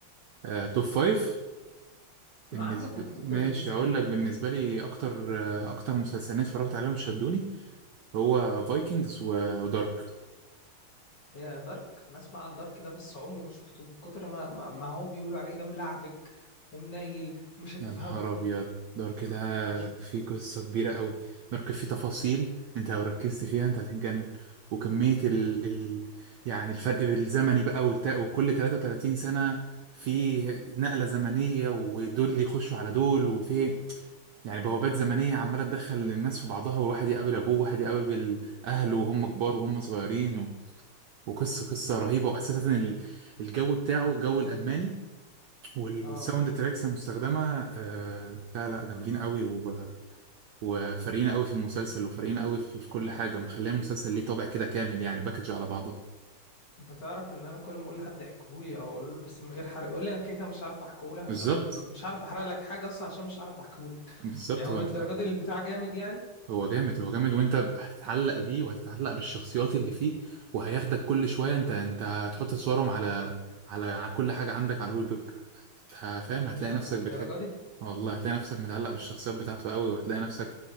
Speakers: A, on the right (about 75°); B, on the left (about 55°).
A: آه توب فايف بالنسبة
B: عامة توب
A: ماشي
B: بالنسبة
A: هقول
B: لك
A: لك بالنسبة لي أكتر آه أكتر مسلسلين اتفرجت عليهم شدوني هو فايكنجز ودارك
B: يا دارك انا اسمع عن دارك ده بس عمري ما شفته من كتر ما ما, ما هو بيقولوا عليك ده ملعبك ومنيل ومش هتفهمه
A: يا نهار أبيض دارك ده
B: مش
A: فيه قصة كبيرة أوي دارك فيه تفاصيل أنت لو ركزت فيها أنت هتتجنن وكمية ال... ال... يعني الفرق بالزمني بقى والتا... وكل 33 سنة في نقلة زمنية ودول يخشوا على دول وفي يعني بوابات زمنية عمالة تدخل الناس في بعضها وواحد يقابل أبوه وواحد يقابل أهله وهم كبار وهم صغيرين و... وقصة قصة رهيبة وأساسا ال- الجو بتاعه الجو الألماني وال-
B: اه
A: والساوند تراكس المستخدمه آه لا لا جامدين قوي و- وفارقين قوي في المسلسل وفارقين قوي في, في كل حاجه ومخليه المسلسل ليه طابع كده كامل يعني باكج على بعضه
B: انت تعرف ان انا كل ما اقول لحد احكيهولي او اقول له بس من غير حرق يقول لي انا كده كده مش هعرف احكيهولك عشان
A: بالظبط
B: مش هعرف احرق لك حاجه اصلا عشان مش هعرف احكيهولك
A: بالظبط
B: يعني هو
A: هو
B: للدرجه
A: انت
B: دي البتاع جامد يعني
A: هو جامد هو جامد وانت هتتعلق بيه وهتتعلق بالشخصيات اللي فيه وهياخدك كل شويه انت انت هتحط صورهم على على على كل حاجه عندك على الويب بيب هت- فاهم هتلاقي
B: ايه يا عم
A: نفسك
B: للدرجه
A: بتحب
B: دي
A: والله هتلاقي نفسك متعلق بالشخصيات بتاعته قوي وهتلاقي نفسك